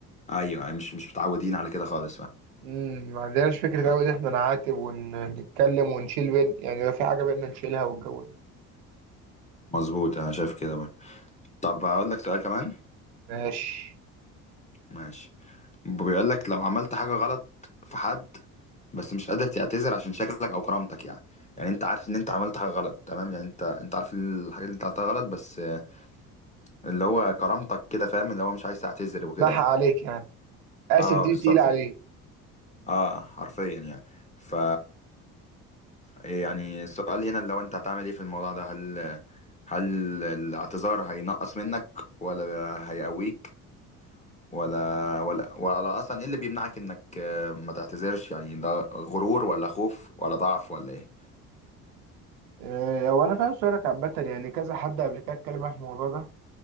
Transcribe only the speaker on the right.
مم، ما عندناش فكرة
أوي إن إحنا نعاتب ونتكلم ونشيل بين يعني لو في حاجة بينا نشيلها والجو ده
ماشي
بحق
عليك يعني آسف
دي
تقيلة عليك
مم.
آه، هو أنا فاهم سؤالك عامة يعني كذا حد قبل كده اتكلم معايا في الموضوع ده